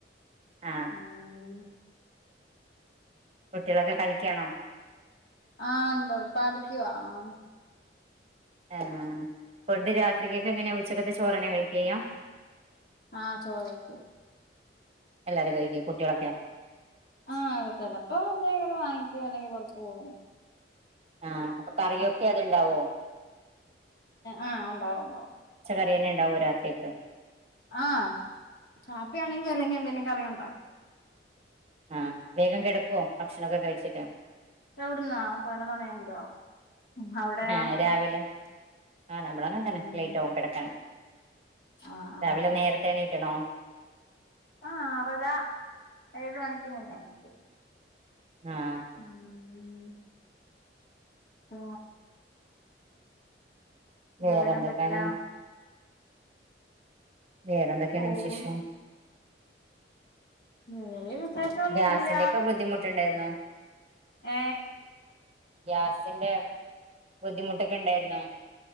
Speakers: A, on the right (about 35°); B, on the left (about 60°).
A: ആ
B: ഉം
A: കുട്ട്യാളൊക്കെ കളിക്കാണോ
B: ആ ഉണ്ട് <unintelligible>
A: ആ ഫുഡ്‌ രാത്രിക്കക്കെങ്ങനെയ ഉച്ചക്കത്തെ ചോറെന്നെ കയ്ക്ക്യാ ചെയ്യാ
B: ആ ചോറേയ്ക്കും
A: എല്ലാരും കഴിക്കോ കുട്ട്യാളൊക്കെ
B: ആ അ ചെലപ്പോ എന്തെങ്കിലും വാങ്ങിക്കേ അല്ലെങ്കി പൊറത്തു പോകും
A: ആ അപ്പൊ കറിയൊക്കെ അതുണ്ടാവോ
B: ആ ഉണ്ടാവും ഉണ്ടാവും
A: ഇതന്നെ ഉണ്ടാകുവോ രാത്ര ഒക്കെ
B: ആഹ് കാപ്പി ആണെങ്കി അല്ലെങ്കി എന്തെങ്കിലും കറി ഉണ്ടാക്കും
A: ആഹ് വേഗം കിടക്കുവോ ഭക്ഷണൊക്കെ കഴിച്ചിട്ട്
B: എവിടുന്നാ പതിനൊന്ന് മണി എങ്കിലും ആവും അവിടെയാ
A: ആഹ് രാവിലെ ആഹ് നമ്മളും അങ്ങനെ
B: ഉം
A: തന്നെ ലേറ്റ് ആകും കിടക്കാൻ
B: ആഹ് ആഹ്
A: രാവിലെ നേരത്തെ എണീക്കണോ
B: ആഹ് ആറര ഏഴ് മണിക്ക് മുന്നേ എണീക്കും
A: ആഹ്
B: ഉം ഓ
A: വേറെ
B: വേറെന്തൊക്കെയാ
A: എന്തൊക്കാണ് വേറെ എന്തൊക്കെയാണ്
B: ഓഹ്
A: വിശേഷം
B: വേറെ വിശേഷം ഒന്നും
A: ഗ്യാസിന്റെ
B: ഇല്ല
A: ഒക്കെ ബുദ്ധിമുട്ടുണ്ടായിരുന്നോ
B: ഏ
A: ഗ്യാസിന്റെ ബുദ്ധിമുട്ടൊക്കെ ഉണ്ടായിരുന്നോ